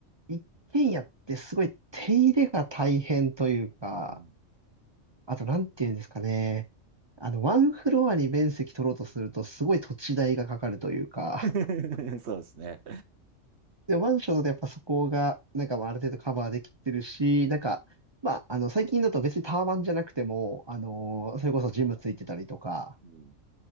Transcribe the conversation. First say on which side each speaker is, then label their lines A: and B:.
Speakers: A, on the right (about 25°); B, on the right (about 60°).
A: 一軒家ってすごい手入れが大変というか、
B: うん。
A: あと、なんていうんですかね。あの、ワンフロアに面積取ろうとすると、すごい土地代がかかるというか、
B: <laughs> そうですね。
A: で、マンションだとやっぱそこが、なんかまあある程度カバーできてるし、なんか、まあ、あの、最近だと別にタワマンじゃなくても、あの、
B: うん。
A: それこそジムついてたりとか、
B: う